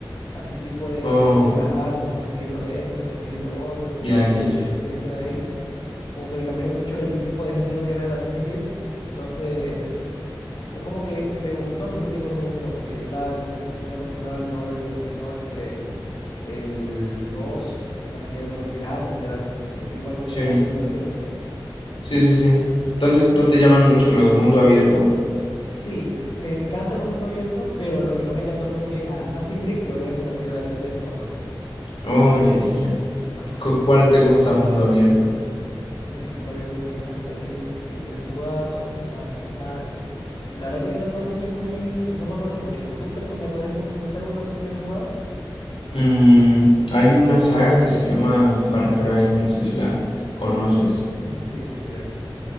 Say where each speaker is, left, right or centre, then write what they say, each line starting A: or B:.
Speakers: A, on the left (about 65°); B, on the left (about 85°).
A: así tipo de
B: Oh,
A: que consigue las armas, consigue lo esto, consigue lo otro,
B: ya,
A: que
B: ya, ya.
A: eso de ahí, como que le cambiaron mucho el tipo de género que era el Assassin's Creed, entonces fue como que me gustó, pero al mismo tiempo no me gustó, porque yo estaba como que muy acostumbrado al todo lo que pasó entre el 2 eh, también el de los piratas, era como que se, igual mantenía
B: Sí,
A: simple esencia.
B: sí, sí, sí. Entonces, ¿no te llaman mucho los mundo abierto?
A: Sí, me encantan los mundos abiertos, pero lo que no me encantó fue que a Assassin's Creed lo hubieran convertido de, ese- de esa forma.
B: Oh, ya, ya, ya.
A: Ajá.
B: ¿Cu- ¿Cuál te gusta mundo abierto?
A: Mm, mundo abiertos ahorita actuales que yo he jugado, deja pensar. La verdad que ahorita no estoy muy, no me acuerdo mucho. ¿Tú te- po- me podrías comentar uno que tú hayas jugado?
B: Mm, hay una saga que se llama Far Cry, no sé si la conoces.
A: Mm, sí, sí, sí, lo he visto.